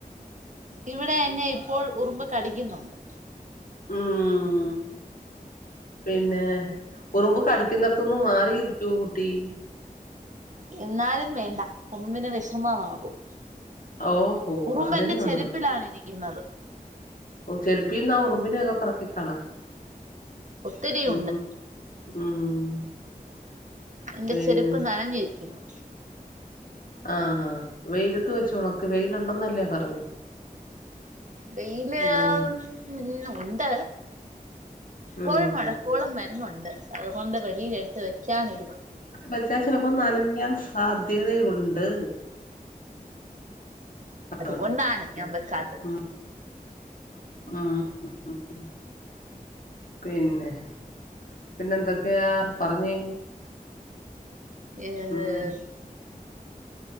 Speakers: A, on the right; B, on the left.
A: ഇവിടെ എന്നെ ഇപ്പോൾ ഉറുമ്പ് കടിക്കുന്നുണ്ട്
B: ഉം പിന്നെ ഉറുമ്പ് കടിക്കുന്നിടത്തുന്ന് മാറിയിരിക്കൂ കുട്ടി
A: ഇന്നാലും വേണ്ട ഉറുമ്പിന് വെഷമമാകും
B: ഓഹോ
A: ഉറുമ്പെന്റെ
B: അങ്ങനെയുണ്ടോ
A: ചെരിപ്പ് പ്പിലാണിരിക്കുന്നത്
B: ഓഹ് ചെരുപ്പീന്നാ ഉറുമ്പിനെയൊക്കെ പറക്കിക്കളാ
A: ഒത്തിരിയുണ്ട്
B: ഉം ഉം
A: എന്റെ
B: പിന്നെ
A: ചെരുപ്പ് നനഞ്ഞിരിക്കുന്നു
B: ആഹ് ആഹ് വെയിലത്ത് വെച്ചൊണക്ക് വെയിലൊണ്ടന്നല്ലേ പറഞ്ഞെ
A: വെയില്
B: ഉം
A: ഉം ഒണ്ട് ഇപ്പോൾ
B: ഉം
A: മഴക്കോളും വരുന്നുണ്ട് അതുകൊണ്ട് വെളിയിലെടുത്ത് വെക്കാനൻ ഒരു
B: വച്ചാൽ ചെലപ്പോ നനയാൻ സാധ്യതയുണ്ട് ആഹ്
A: അതുകൊണ്ടാണ് ഞാൻ വെക്കാത്തത്
B: ഉം ഉം പിന്നെ പിന്നെ എന്തൊക്കെയാ പറഞ്ഞേ
A: ഏഹ്
B: ഉം